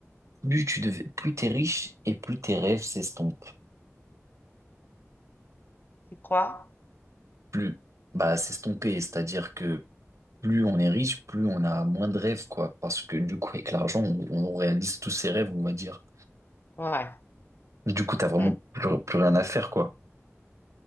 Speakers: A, on the right (about 80°); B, on the left (about 40°).
A: Plus tu devais, plus t'es riche et plus tes rêves s'estompent.
B: Tu crois?
A: Plus, bah, s'estomper, c'est-à-dire que plus on est riche, plus on a moins de rêves, quoi. Parce que du coup, avec l'argent, on, on réalise tous ses rêves, on va dire.
B: Ouais.
A: Du coup, t'as vraiment
B: Mm.
A: plus, plus rien à faire, quoi.